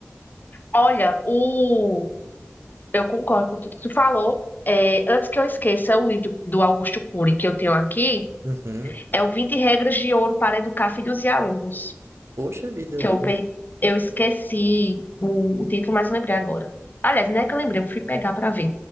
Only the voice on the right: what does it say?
Uhum.
Poxa vida, eu
vou.